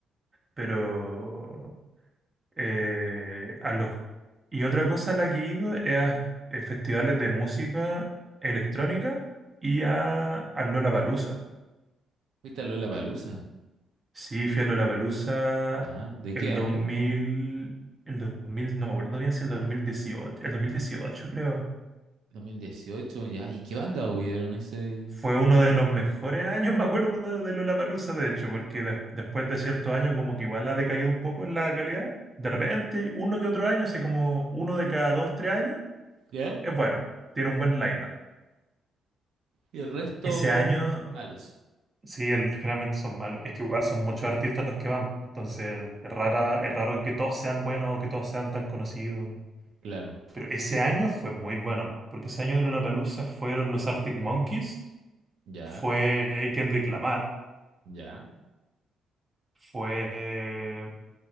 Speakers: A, on the right (about 25°); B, on the right (about 75°).
A: Pero eh, a los... Y otra cosa a la que he ido es a eh, festivales de música electrónica y a, al Lollapalooza.
B: ¿Fuiste a Lollapalooza?
A: Sí, fui a Lollapalooza
B: ¿Ya? ¿De
A: el
B: qué año?
A: dos mil el 2000 no me acuerdo bien si el dos mil dieciocho el 2018 creo.
B: Dos mil dieciocho ¿ya? ¿Y qué banda hubieron ese?
A: Fue uno de los mejores <laughs> años, me acuerdo, de de Lollapalooza, de hecho, porque de- después de ciertos años como que igual ha decaído un poco en la calidad. De repente, uno que otro año, así como uno de cada dos, tres años,
B: ¿Ya?
A: es bueno, tiene un buen line
B: Y el resto,
A: Ese año,
B: malos.
A: sí, el- generalmente son malos. Es que igual son muchos artistas los que van. Entonces, es rara, es raro que todos sean buenos o que todos sean tan conocidos.
B: Claro,
A: Pero ese año fue muy bueno, porque ese año de Lollapalooza fueron los Arctic Monkeys,
B: ya,
A: fue Kendrick Lamar,
B: ya.
A: fue,